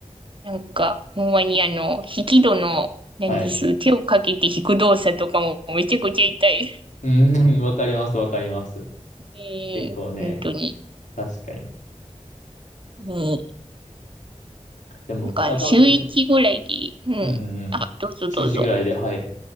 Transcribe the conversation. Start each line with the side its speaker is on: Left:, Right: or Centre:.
Right: なんか、ほんまにあの、引き戸の、何です、
Left: はい。
Right: 手をかけて引く動作とかもめちゃくちゃ痛い。
Left: <laughs> うん、わかります、わかります。
Right: ねえ、
Left: 結構ね、
Right: 本当に。
Left: 確かに。
Right: うん
Left: でも、
Right: なんか、
Left: あ、楽しいです。
Right: 週一ぐらいで、うん。
Left: うんうんうん。
Right: あ、どうぞどうぞ。
Left: 週1ぐらいで、はい。